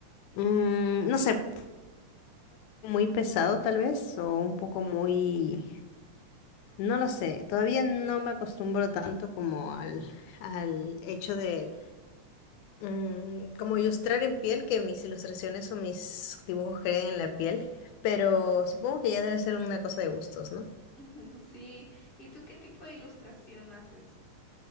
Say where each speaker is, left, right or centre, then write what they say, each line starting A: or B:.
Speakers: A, on the left; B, on the left.
A: mm, no sé, muy pesado tal vez o un poco muy, no lo sé, todavía no me acostumbro tanto como al, al hecho de mm, como ilustrar en piel, que mis ilustraciones o mis dibujos queden en la piel, pero supongo que ya debe ser una cosa de gustos, ¿no?
B: Ujú, Sí, ¿y tú qué tipo de ilustración haces?